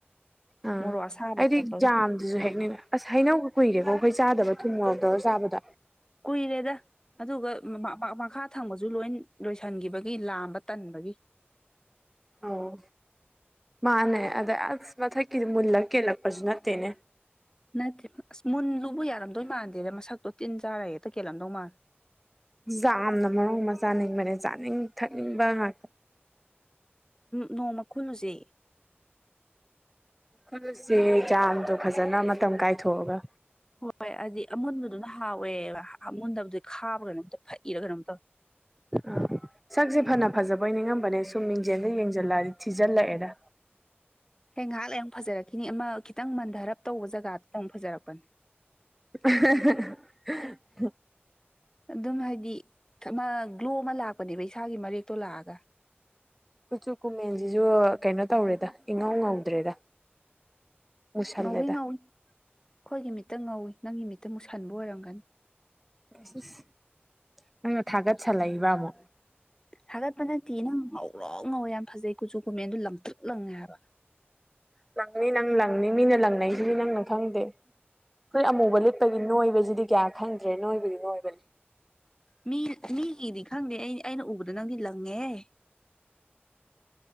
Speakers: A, in the centre; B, on the left (about 15°).
A: ꯑꯥ
B: ꯃꯣꯔꯣꯛ ꯑꯁꯥꯕ
A: ꯑꯩꯗꯤ
B: ꯈꯣꯠꯄꯒ
A: ꯖꯥꯝꯗꯨꯁꯨ ꯍꯦꯛꯅꯤꯡ ꯑꯁ ꯍꯩꯅꯧꯒ ꯀꯨꯏꯔꯦꯀꯣ ꯑꯩꯈꯣꯏ ꯆꯥꯗꯕ ꯊꯨꯝ ꯃꯣꯔꯣꯛ ꯇꯧꯔꯒ ꯆꯥꯕꯗꯣ
B: ꯀꯨꯏꯔꯦꯗ ꯑꯗꯨꯒ ꯃꯈꯥ ꯊꯪꯕꯁꯨ ꯂꯣꯏꯟ ꯂꯣꯏꯁꯤꯟꯈꯤꯕꯒꯤ ꯂꯥꯝꯕ ꯇꯟꯕꯒꯤ
A: ꯑꯣ ꯃꯥꯅꯦ ꯑꯥꯗ ꯑꯁ ꯃꯊꯛꯀꯤ ꯃꯨꯜꯂ ꯀꯦꯜꯂꯛꯄꯁꯨ ꯅꯠꯇꯦꯅꯦ
B: ꯅꯠꯇꯦ ꯑꯁ ꯃꯨꯟ ꯂꯨꯕꯨ ꯌꯥꯔꯝꯗꯣꯏ ꯃꯥꯟꯗꯦꯗ ꯃꯁꯛꯇꯣ ꯇꯤꯟ ꯆꯥꯔ ꯍꯦꯛꯇ ꯀꯦꯜꯂꯝꯗꯧ ꯃꯥꯜ
A: ꯖꯥꯝꯅ ꯃꯔꯣꯟ ꯑꯃ ꯆꯥꯅꯤꯡꯕꯅꯦ ꯆꯥꯅꯤꯡ ꯊꯛꯅꯤꯡꯕ ꯉꯥꯛꯇ
B: ꯅꯣꯡꯃ ꯈꯨꯨꯜꯂꯨꯁꯦ
A: ꯈꯨꯜꯁꯦ ꯖꯥꯝꯗꯣ ꯐꯖꯅ ꯃꯇꯝ ꯀꯥꯏꯊꯣꯛꯑꯒ
B: ꯍꯣꯏ ꯑꯗꯤ ꯑꯃꯨꯣꯟꯕꯗꯨꯅ ꯍꯥꯎꯋꯦꯕ ꯑꯃꯨꯣꯟꯗꯕꯗꯤ ꯈꯥꯕ ꯀꯩꯅꯣꯝ ꯐꯛꯏꯔ ꯀꯩꯅꯣꯝ ꯇꯧꯏ
A: ꯑꯥ ꯁꯛꯁꯦ ꯐꯅ ꯐꯖꯕꯣꯏ ꯈꯜꯂꯝꯕꯅꯦ ꯁꯨꯝ ꯃꯤꯡꯖꯦꯜꯗ ꯌꯦꯡꯁꯤꯜꯂꯛꯑꯗꯤ ꯊꯤꯖꯤꯜꯂꯛꯑꯦꯗ
B: ꯍꯦ ꯉꯥꯏꯍꯥꯛ ꯑꯃꯨꯛ ꯐꯖꯔꯛꯈꯤꯅꯤ ꯑꯃ ꯈꯤꯇꯪ ꯃꯟꯙꯔꯞ ꯇꯧꯕ ꯖꯒꯗꯨꯗ ꯑꯃꯨꯛ ꯐꯖꯔꯛꯄꯅꯦ
A: <unintelligible> <unintelligible>
B: ꯑꯗꯨꯝ ꯍꯥꯏꯗꯤ ꯑꯃ ꯒ꯭ꯂꯣꯜ ꯑꯃ ꯂꯥꯛꯄꯅꯦꯕ ꯏꯁꯥꯒꯤ ꯃꯔꯛꯇꯣ ꯂꯥꯛꯑꯒ
A: ꯀꯨꯆꯨ ꯀꯨꯃꯦꯟꯁꯤꯁꯨ ꯀꯩꯅꯣ ꯇꯧꯔꯦꯗ ꯏꯉꯧ ꯉꯧꯗ꯭ꯔꯦꯗ ꯃꯨꯁꯜꯂꯦꯗ
B: ꯉꯧꯏ ꯉꯧꯏ ꯑꯩꯈꯣꯏꯒꯤ ꯃꯤꯠꯇ ꯉꯧꯏ ꯅꯪꯒꯤ ꯃꯤꯠꯇ ꯃꯨꯛꯁꯟꯕ ꯑꯣꯏꯔꯝꯒꯅꯤ
A: ꯏꯁ ꯏꯁ ꯅꯪꯅ ꯊꯥꯒꯠꯁꯜꯂꯛꯏꯕ ꯑꯃꯨꯛ
B: ꯍꯊꯥꯒꯠꯄ ꯅꯠꯇꯦ ꯅꯪ ꯉꯧꯔꯣ ꯉꯧꯋꯦ ꯌꯥꯝ ꯐꯖꯩ ꯀꯨꯆꯨ ꯀꯨꯃꯦꯟꯗꯨ ꯂꯪꯇ꯭ꯔꯨꯛ ꯂꯪꯉꯦ ꯍꯥꯏꯕ
A: ꯂꯥꯡꯅꯤ ꯅꯪ ꯂꯥꯡꯅꯤ ꯃꯤꯅ ꯂꯥꯡꯅꯁꯤꯗꯤ ꯅꯪꯅ ꯈꯪꯗꯦ ꯑꯩꯈꯣꯏ ꯑꯃꯨꯕ ꯂꯤꯠꯄꯩ ꯅꯣꯏꯕꯁꯤꯗꯤ ꯀꯌꯥ ꯈꯪꯗ꯭ꯔꯦ ꯅꯣꯏꯕꯗꯤ ꯅꯣꯏꯕꯅꯤ
B: ꯃꯤ ꯃꯤꯒꯤꯗꯤ ꯈꯪꯗꯦ ꯑꯩ ꯑꯩꯅ ꯎꯕꯗ ꯅꯪꯗꯤ ꯂꯪꯉꯦꯍ‌ꯦ